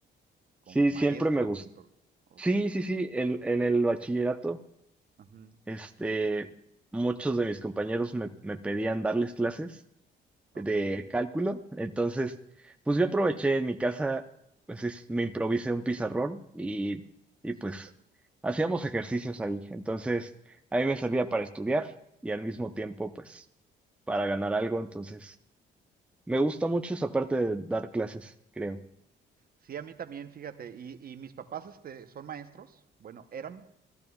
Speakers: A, on the right; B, in the centre.
A: como
B: sí,
A: maestro.
B: siempre me gustó.
A: En tu... Ok.
B: Sí, sí, sí, en, en el bachillerato,
A: ujú,
B: este, muchos de mis compañeros me, me pedían darles clases
A: Ok,
B: de cálculo. Entonces, pues yo aproveché en mi casa, pues es- me improvisé un pizarrón y, y
A: súper.
B: pues hacíamos ejercicios ahí. Entonces, a mí me servía para estudiar y al mismo tiempo, pues... para ganar algo, entonces me gusta mucho esa parte de dar clases, creo.
A: Sí, a mí también, fíjate. ¿Y, y mis papás este, son maestros? Bueno, eran.